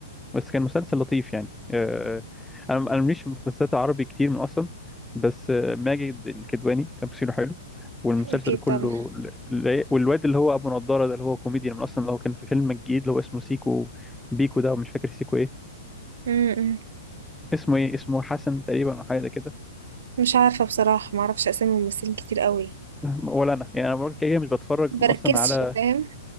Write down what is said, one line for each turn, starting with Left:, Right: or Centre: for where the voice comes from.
Centre: بس كان مسلسل لطيف يعني آه، آه، انا انا مليش في مسلسلات عربي كتير من اصلا بس آه، ماجد الكدواني تمثيله حلو والمسلسل
Right: اكيد
Centre: كله
Right: طبعا
Centre: ل- ل- والواد اللي هو ابو نضاره ده اللي هو كوميديان من اصلا اللي هو كان في فيلم الجديد اللي هو اسمه سيكو بيكو ده ومش فاكر سيكو ايه
Right: م-م.
Centre: اسمه ايه اسمه حسن تقريبا او حاجه زي كده
Right: مش عارفه بصراحه ما اعرفش اسامي ممثلين كتير قوي
Centre: ولا انا يعني انا بقول كده كده مش بتفرج
Right: بركزش
Centre: من اصلا على
Right: فاهم